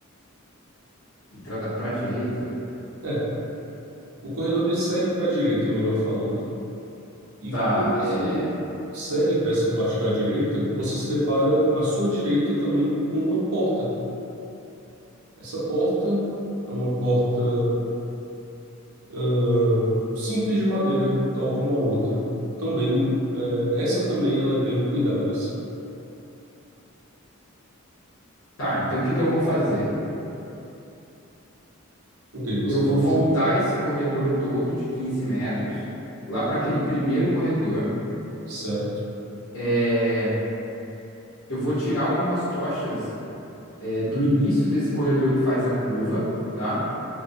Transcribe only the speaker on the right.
É, o corredor ele segue para a direita, melhor falando. E
quando você
segue para essa parte da direita, você se depara à sua direita também com uma porta. Essa porta é uma porta ah, simples de madeira, tal como a outra. Também, eh, essa também ela é bem cuidada, assim.
O que é que você
vai fazer?
Certo,